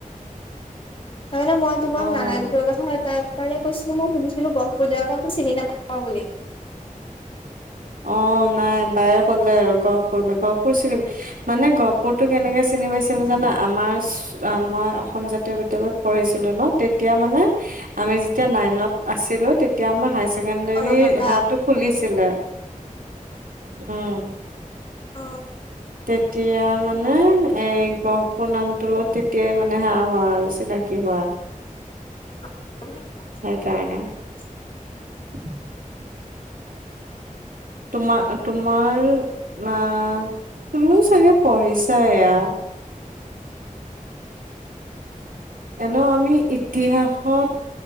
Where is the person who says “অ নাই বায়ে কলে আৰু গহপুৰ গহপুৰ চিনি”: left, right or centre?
Right